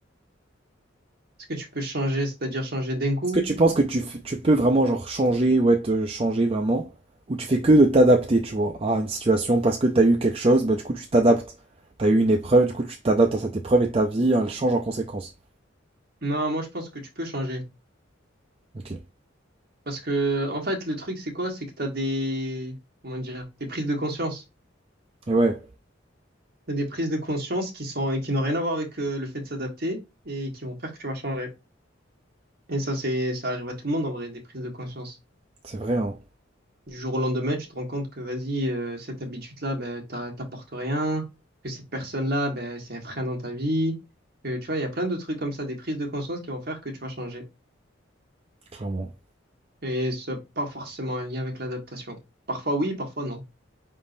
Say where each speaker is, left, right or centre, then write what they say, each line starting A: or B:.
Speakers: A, on the right; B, on the right.
A: Est-ce que tu peux changer, c'est-à-dire changer d'un coup?
B: Est-ce que tu penses que tu, f- tu peux vraiment genre changer, ou être changé vraiment, ou tu fais que de t'adapter, tu vois, à une situation parce que t'as eu quelque chose, bah du coup tu t'adaptes. T'as eu une épreuve, du coup tu t'adaptes à cette épreuve et ta vie, hein, elle change en conséquence.
A: Non, moi, je pense que tu peux changer.
B: Ok.
A: Parce que, en fait, le truc, c'est quoi? C'est que t'as des, comment dire, des prises de conscience.
B: Et ouais,
A: T'as des prises de conscience qui sont, qui n'ont rien à voir avec euh, le fait de s'adapter et qui vont faire que tu vas changer. Et ça, c'est, ça arrive à tout le monde en vrai, des prises de conscience.
B: c'est vrai, hein,
A: Du jour au lendemain, tu te rends compte que vas-y, euh, cette habitude-là, ben, t'a- t'apporte rien, que cette personne-là, ben, c'est un frein dans ta vie. Que, tu vois, il y a plein de trucs comme ça, des prises de conscience qui vont faire que tu vas changer.
B: clairement.
A: Et ça n'a pas forcément un lien avec l'adaptation. Parfois oui, parfois non.